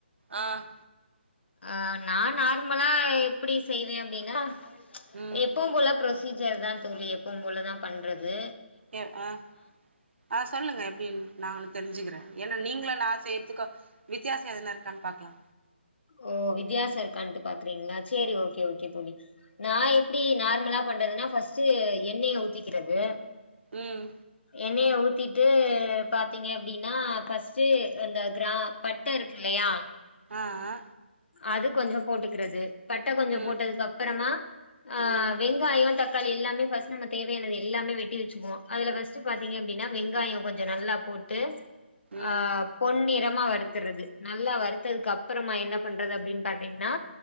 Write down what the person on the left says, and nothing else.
அஹ் நான் நார்மலா எப்டி செய்வேன் அப்டின்னா
எப்பவும் போல ஃப்ரோ டீச்சர் தா தோழி எப்பவு போல தா பண்ணறது
ஓ வித்தியாசோ இருக்கான்ட்டு பாக்குறீங்களா செரி ஓகே ஓகே தோழி நா எப்டி நார்மலா பண்றதுன்னா ஃபஸ்ட்டு எண்ணெய ஊத்திக்கிறது
எண்ணைய ஊத் த்திட்டு பாத்தீங்க அப்டின்னா ஃபர்ஸ்ட்டு அந்த கிரா பட்டை இருக்கு இல்லையா
அது கொஞ்சோ போட்டுக்கிறது பட்டை கொஞ்சோ
போட்டதுக்கு அப்புறமா ஆஹ்
வெங்காயோ தக் க்காளி எல்லாமே ஃபர்ஸ்ட் நம்ம தேவையானது எல்லாமே வெட்டி வச்சுக்குவோ அதுல ஃபஸ்ட் பாத்தீங்க அப்டிங்கனா வெங்காய கொஞ்ச நல்லா போட்டு
ஆஹ் பொன்னிறம் மா வறுத்தறது நல்லா வறுத்ததுக்கு அப்புறமா என்ன பண்றது அப்பிடின்னு பாத்தீங்கன்னா